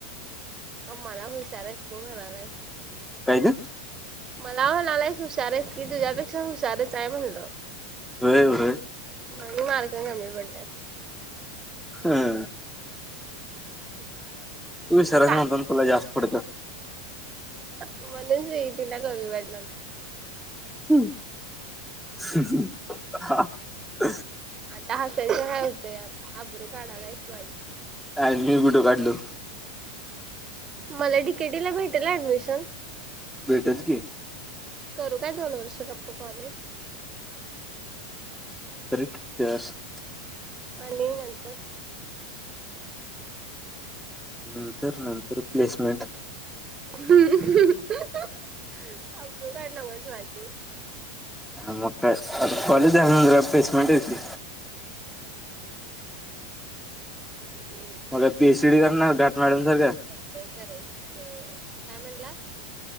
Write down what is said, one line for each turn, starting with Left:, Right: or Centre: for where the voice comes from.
Right: मग मला हुशार हाइस कि म्हणालाइस.
Centre: काय ते?
Right: मला म्हणालाइस हुशारच हाइस की, तुझ्यापेक्षा हुशारच आहे म्हणलं.
Centre: होय होय.
Right: म्हणून मार्क कमी पडल्यात.
Centre: ह.
Right: <unintelligible>
Centre: तु हुशार हाइस
Right: का
Centre: म्हणतान, तुला जास्त पडत्यात.
Right: म्हणून सीइटीला कमी पडल्यात.
Centre: <unintelligible>
Right: आता हसायचं काय होत्या. अब्रू काढालायस माझी.
Centre: कायन मी कुठ काढलो.
Right: मला डीकेटी ला भेटेल ऍडमिशन?
Centre: भेटेल की,
Right: करू काय दोन वर्ष गप्प कॉलेज?
Centre: <unintelligible>
Right: आणि नंतर
Centre: नंतर नंतर प्लेसमेंट.
Right: अब्रू काढू नकोस माझी.
Centre: आता कॉलेज झाल्यानंतर काय प्लेसमेंटच की.
Right: हो.
Centre: मग काय पी सी डी करणार <unintelligible> मॅडम सारख्या.
Right: काय काय करायच? काय म्हणला?